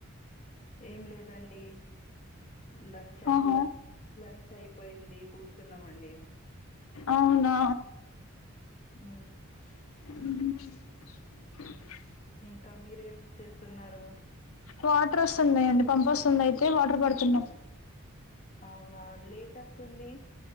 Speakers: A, on the left (about 35°); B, on the left (about 75°).
A: ఏం లేదండి లంచ్ అయ్
B: ఆహా
A: లంచ్ అయిపోయింది కూసున్నమండి.
B: అవునా
A: ఉ
B: ఉ హు
A: ఇంకా మీరేం చేస్తున్నారు.
B: వాటర్ ఒస్సున్నయండి పంప్ ఒస్సుంది అయితే వాటర్ పడుతున్నాం
A: అవునా లేట్ అస్తుంది.